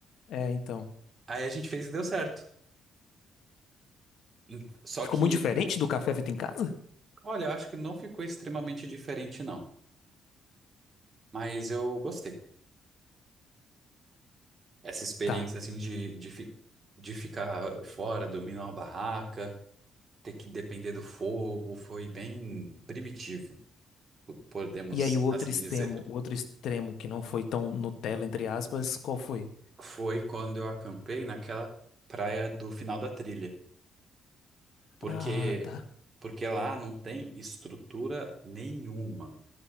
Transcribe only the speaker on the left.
É, então.
Ficou
muito diferente do café feito em casa?
Tá.
E aí o outro
extremo,
o outro extremo que não foi tão Nutella, entre aspas, qual foi?
Ah, tá.